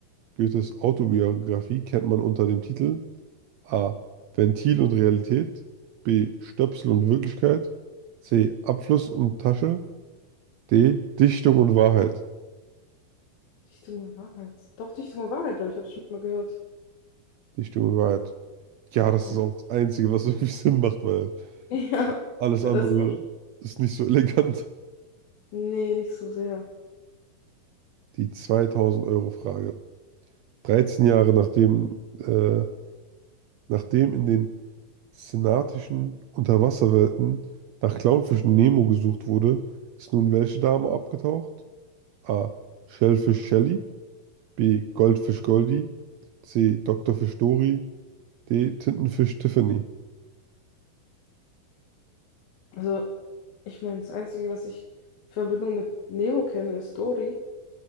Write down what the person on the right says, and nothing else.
Goethes Autobiografie kennt man unter dem Titel A. Ventil und Realität. B. Stöpsel und Wirklichkeit. C. Abfluss und Tasche. D. Dichtung und Wahrheit.
Dichtung und Wahrheit. Ja, das
ist auch das Einzige, was <laughs> irgendwie Sinn macht, weil
alles
andere
ist nicht so elegant.
Die 2000-Euro-Frage. 13 Jahre nachdem, äh, nachdem in den senatischen Unterwasserwelten nach Clownfischen Nemo gesucht wurde, ist nun welche Dame abgetaucht? A. Shellfish Shelly. B. Goldfisch Goldie. C. Doktorfisch Dory. D. Tintenfisch Tiffany.